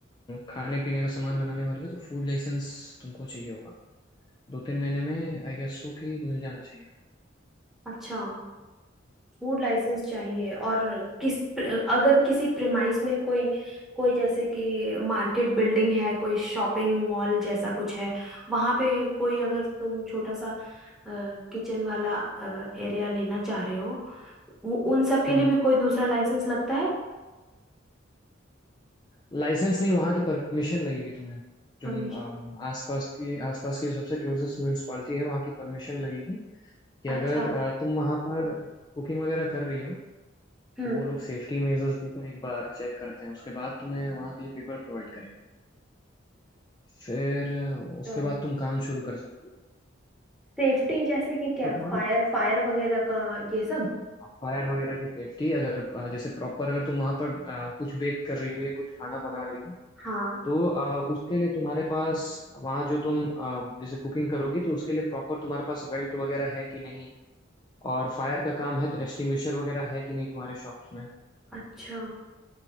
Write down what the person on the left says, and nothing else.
खाने पीने का सामान बनाने वाले हो तो फूड लाइसेंस तुमको चाहिए होगा दो तीन महीने में आई गेस सो कि मिल जाना चाहिए
हम्म
लाइसेंस नहीं वहाँ की परमिशन लगेगी तुम्हें जो
अम, आसपास की आसपास की जो सबसे क्लोजेस्ट म्यूनिसपालिटी है वहाँ की परमिशन लगेगी कि
अगर अ, तुम वहाँ पर कुकिंग वगैरह कर रही हो
तो वो लोग सेफ्टी मेजर्स लेकर एक बार चेक करते हैं उसके बाद तुम्हें वहाँ के लिए पेपर प्रोवाइड करेंगे फिर अ, उसके
बाद तुम काम शुरू कर सकते हो
तो तुम्हारा
फायर वगैरह की सेफ्टी अगर अ, जैसे प्रॉपर अगर तुम वहाँ पर अ, कुछ बेक कर रही हो या कुछ खाना बना रही हो
तो अ, उसके लिए तुम्हारे पास वहाँ जो तुम अ, जैसे कुकिंग करोगी तो उसके लिए प्रॉपर तुम्हारे पास वेंट वगैरह है कि नहीं और फायर का काम है तो एक्सटिंग्विशर वगैरह है कि नहीं तुम्हारे शॉप्स में